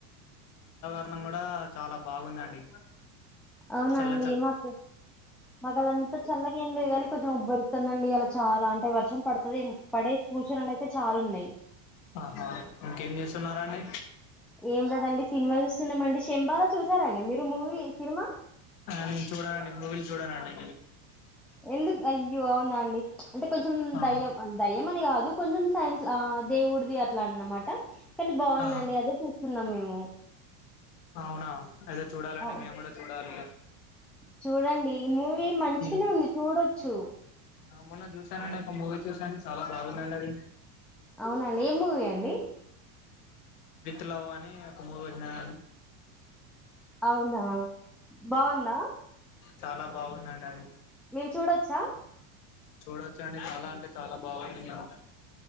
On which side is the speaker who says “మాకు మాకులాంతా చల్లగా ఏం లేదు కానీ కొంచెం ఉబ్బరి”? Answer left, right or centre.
Centre